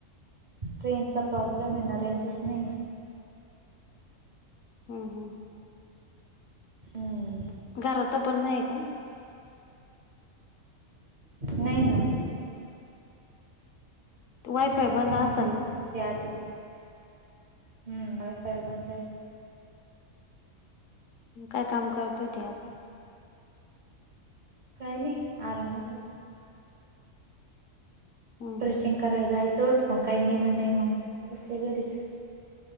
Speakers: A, on the right (about 40°); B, on the left (about 75°).
A: रेंजचा प्रॉब्लेम आहे ना रेंजच नाही
B: हम् हम्
A: हम्म
B: घरात पण नाही का?
A: नाही ना
B: वायफाय
A: घरात
B: बंद
A: नाही
B: असेल
A: म्हणून
B: ना?
A: तर वरती आली. हम्म वायफाय बंदय.
B: म काय काम करतेती आज
A: काय नाही आरामच होता.
B: हम्म
A: ट्रिचिंग करायला जायचं होतं पण काय नेलं नाय मंग बसले घरीच